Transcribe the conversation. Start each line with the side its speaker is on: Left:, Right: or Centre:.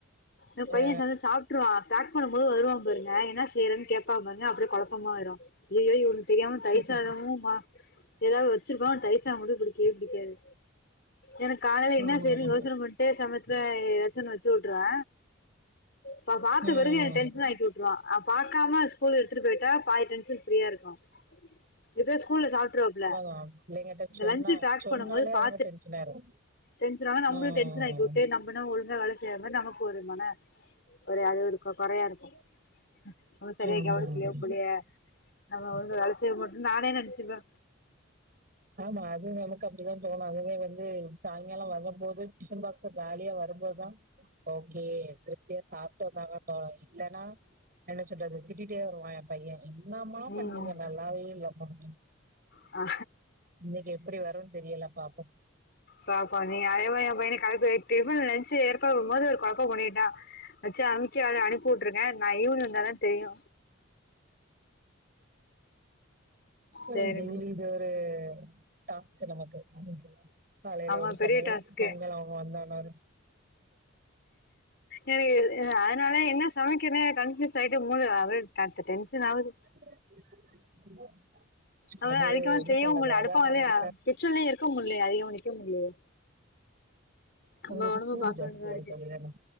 Left: என் பைய
Right: ஆ
Left: சாந்த்ரோ சாப்ட்ருவா பேக் பண்ணு போது வருவா பாருங்க என்ன செய்றேன்னு கே ப்ப்பா பாருங்க அப்டியே கொழப்பமாயிரு ஐயயோ இவனுக்கு தெரியாம தயிர்
Right: சரி
Left: சாதமு மா ஏதாது வச்சிருப்போ டி பிடிக்கே பிடிக்காது எனக்கு காலலேல ல என்ன
Right: ம்
Left: செய்னு யோசன பண்ண அப்பயே சமைச்சத ஏதாச்சு ஒன்னு வச்சு விட்டுருவ இவ பா்த்த
Right: ம்
Left: பிறகு என டென்ஷன் ஆக்கி விட்டுருவான் ஆ பாக்காம ஸ்கூல் எத்துட்டுபோயிட்டா பாதி டென்ஷன் ஃப்ரீயா இருக்கு எதோ ஸ்கூல்லல சாப்ட்டுருவாப்ல
Right: ம் பிள்ளைங்கட்ட
Left: இந்த
Right: சொன்னா
Left: லஞ்சு பேக்
Right: சொன்னாலே
Left: பண்ணும் போது பாத்து
Right: அவங்க டென்ஷன் ஆயிரு
Left: டென்ஷன் ஆனா நம்மளும்
Right: ம்
Left: டென்ஷன் ஆயி <unintelligible> ஆனா ஒழுங்க வேல செய்யாம நமக்கு ஒரு மன ஒரு அது ஒரு கொறையா இருக்கு நம்ம சரியா
Right: ம்
Left: கவனிக்கலையா புள்ளைய நம்ம ஒழுங்கா வேல செய்வ மாட்ரோ நானே நென்ச்சுப்பே
Right: ஆமா அது நமக்கு அப்டிதா தோணு அதுவே வந்து சாயங்காலம் வரபோது டிஃபன் பாக்ஸ் காலியா வரும்போதுதா ஓகே திருப்தியா சாப்பட்டு <unintelligible> இல்லன்னா என்ன சொல்றது திட்டிட்டே வருவா என் பைய என்னமா
Left: ம்
Right: பண்ணீங்க நல்லாவே இல்ல மா அப்டின்னு
Left: ஆ
Right: இன்னிக்கு எப்டி வருனு தெரியல பாப்போ
Left: <unintelligible> அதே மாரி என் பைய காலேல டிபனு லஞ்சு ஏற்பாட் பண்ணு போது ஒரு குழப்போ பண்ணிட்டா வச்சு அமுக்கி அவன அனுப்பி உட்டுருக்கே நா ஈவினிங் வந்தா தா தெரியு
Right: ஆ
Left: சரி
Right: டெய்லி இது ஒரு டாஸ்க் நமக்கு காலேல
Left: ஆமா
Right: ஒரு
Left: பெரிய
Right: சமையல்
Left: டாஸ்க்கு
Right: சாய்ங்காலோ அவங்க வந்தானா
Left: எனக்கு ஆ அதனால என்ன சமைக்கனோ கன்ஃபியூஸ் ஆயிட்டு மூள <unintelligible> டென்ஷன் ஆவுது
Right: <unintelligible>
Left: அனால
Right: அது
Left: அதிகமா
Right: என்ன
Left: செய்யவு
Right: சொல்றது
Left: முட்ல அடுப்பு
Right: அதா நா
Left: வந்து
Right: நெனப்பே
Left: கிச்சன்லயு இருக்க முட்லயா அதிகமா நிக்க முட்லயே நம்ப
Right: உங்களுக்கு
Left: ஓடம்பு
Right: சூடு
Left: பாக்க
Right: ஜாஸ்தியா
Left: வேண்டியதா இருக்கு
Right: அப்டிதான